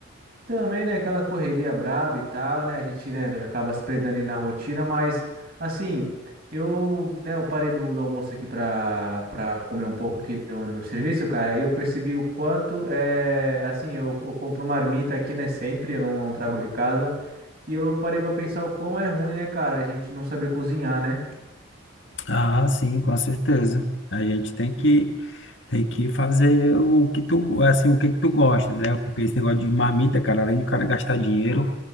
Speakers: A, on the right (about 45°); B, on the left (about 60°).
A: Também, né, aquela correria braba e tal, né? A gente, né, velho, acaba se perdendo ali na rotina, mas assim, eu, né, eu parei do, do almoço aqui pra, pra comer um pouco aqui no, no meu serviço, cara, e eu percebi o quanto é, assim, eu, eu compro marmita aqui, né, sempre, eu não, não trago de casa, e eu parei pra pensar o quão é ruim, né, cara, a gente não saber cozinhar, né?
B: Ah, sim, com certeza. A gente tem que tem que fazer o que tu, assim, o que tu gosta, né? Porque esse negócio de marmita, cara, além do cara gastar dinheiro,